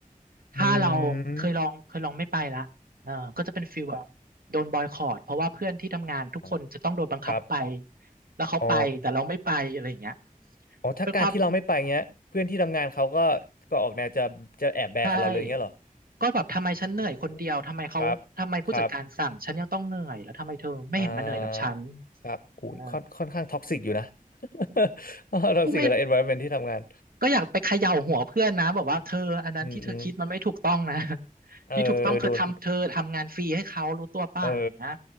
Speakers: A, on the right; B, on the left.
A: ถ้าเราเคยลองเคยลองไม่ไปละเออก็จะเป็นฟีลแบบโดนบอยคอตเพราะว่าเพื่อนที่ทำงานทุกคนจะต้องโดนบังคับไป
B: อืมครับครับ
A: แล้วเขาไปแต่เราไม่ไปอะไรอย่างเงี้ย
B: อ๋อ อ๋อถ้าการที่เราไม่ไปเงี้ยเพื่อนที่ทำงานเขาก็
A: เป็นความอึด
B: ก็ออกแนวจะจะแอบแบนเราเลยเงี้ยเหรอ
A: ใช่ก็แบบทำไมฉันเหนื่อยคนเดียวทำไมเขาทำไมผู้จัดการสั่งฉันยังต้องเหนื่อยแล้วทำไมเธอไม่เห็นมาเหนื่อยกับฉัน
B: โอ้โหครับครับอ่าครับอุ้ยค่อนค่อนข้างท็อกซิกอยู่นะ
A: อ่า
B: <laughs> ท็อกซิกกับ
A: ก็ไม่
B: environment ที่ทำงาน
A: ก็อยากไปเขย่าหัวเพื่อนนะบอกว่าเธออันนั้นที่เธอคิดมันไม่ถูกต้องนะ
B: อืมอืม
A: <laughs>
B: เออเออโดน
A: ที่ถูกต้องคือทำเธอทำงานฟรีให้เขารู้ตัวป่ะอย่างเงี้ย
B: เออ